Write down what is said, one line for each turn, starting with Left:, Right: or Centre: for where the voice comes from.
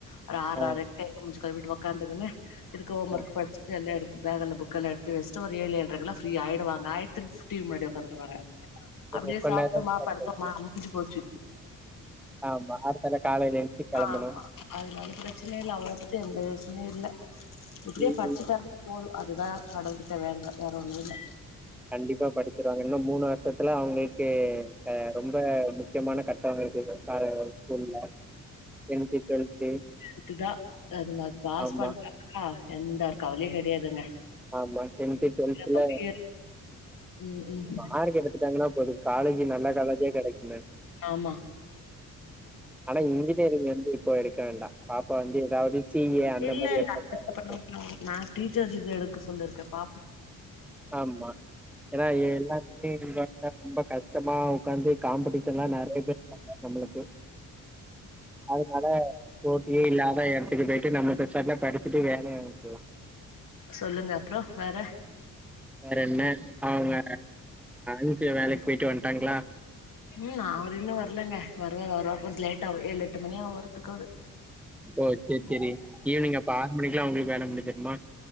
Left: ஆற
Centre: ஆ
Left: ஆறரைக்கு முஞ்சு கழுவிட்டு உக்காந்துகுணு இதுக்கு ஹோமர்க்
Centre: ஆ
Left: படிச்சிட்டு எல்லா எடுத்து பேகெல்லா போ புக்கல்லா எடுத்து வெச்சிட்டு ஒரு ஏழு ஏழரைல குள்ள ஃப்ரீய ஆயிடுவாங்க ஆயிட்டு திருப்பி டி வி முன்னாடி உக்காந்துருவாங்க அப்டியே
Centre: ஓ கொஞ்ச
Left: சாப்புட்டோமா
Centre: நேர ரிலாக்ஸ்
Left: படுத்தோமா
Centre: ஆயிட்டு
Left: முடிஞ்சி போச்சி
Centre: ஆமா அடுத்தால காலைல எழுச்சி கெளம்பனோ
Left: ஆ அதனால பிரச்சனை இல்ல அவள பத்தி எந்த யோசனையே இல்ல எப்டியே
Centre: ம்
Left: பச்சிட்டாலே
Centre: ம்
Left: போதும் அதுதா கடவுள் கிட்ட வேண்றே வேற ஒன்னும் இல்ல
Centre: கண்டிப்பா படிச்சிருவாங்க இன்னு மூணு வருஷத்துல அவங்களுக்கு ஆ ரொம்ப முக்கியமான கட்ட இருக்கு கார்ல ஸ்கூல்ல டென்த் டுவெல்த்
Left: அதுதா அது மாறி பாஸ்
Centre: ஆமா
Left: பண்டா ஆஹ எந்த கவலையே கெடையாதுங்க
Centre: ஆமா டென்து டோல்த்துல
Left: நம்பிக்க ம் ம்
Centre: மார்க் எடுத்துட்டாங்கனா போது காலேஜ் நல்லா காலேஜ கெடைக்குமே
Left: ஆமா
Centre: ஆனா இன்ஜினியரிங் வந்து இப்ப எடுக்க வேண்டா பாப்பா வந்து ஏதாவது சிஏ அந்த
Left: இல்ல
Centre: மாரி
Left: இல்ல
Centre: எடுத்தோம்னா
Left: <unintelligible>
Centre: எடுக்கணும்.
Left: நா டீச்சர் இது எடுக்க சொல்லியிருக்கே பா
Centre: ஆமா ஏனா இல்ல நீங்க வந்து ரொம்ப கஷ்டமா உக்காந்து காம்பெடிஷலா நெறைய பேர் நம்மளுக்கு அதுனால போட்டியே இல்லாத எடத்துக்கு போய்ட்டு நம்ம பெசாட்ல படித்துட்டு வேல <unintelligible>
Left: சொல்லுங்க அப்பறோ வேற
Centre: வேற என்ன அவுங்க அஞ்சு வேலயிக்கு போயிட்டு வண்டாங்களா
Left: ம் அவுரு இன்னு வரலங்க வருவார் வருவ கொஞ்சோ லேட்டா ஆவு ஏழு எட்டு மணி ஆவு வருத்துக்கு அவுரு
Centre: ஓ செரி செரி ஈவினிங் அப்ப ஆறு மணிக்கெல்லா உங்களுக்கு வேல முடிச்சுருமா